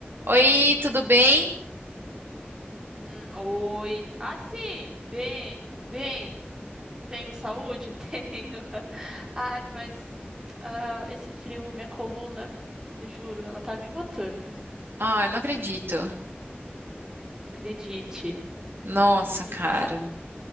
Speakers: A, on the right; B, on the right.
A: Oi, tudo bem?
B: Hum, oi. Ah, sim, bem, bem. Tenho saúde? <laughs> Tenho. Ai, mas ah, esse frio, minha coluna, eu juro, ela tá me matando.
A: Ah, eu não acredito.
B: Acredite.
A: Nossa,
B: É,
A: cara.
B: Sabe,